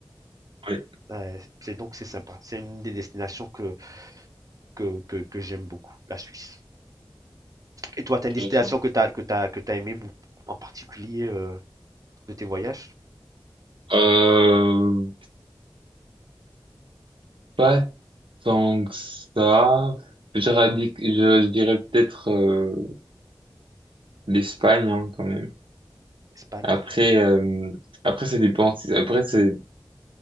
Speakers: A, on the right; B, on the right.
A: Oui,
B: Euh, c'est donc c'est sympa. C'est une des destinations que, que, que, que j'aime beaucoup, la Suisse. Et toi, t'as
A: intéressant.
B: une destination que t'as que t'as que t'as aimé bou- en particulier euh, de tes voyages?
A: Euh, pas tant que ça. Je, radic- je, je dirais peut-être euh, l'Espagne hein, quand même.
B: Espagne?
A: Après, euh, après ça dépend. Après, c'est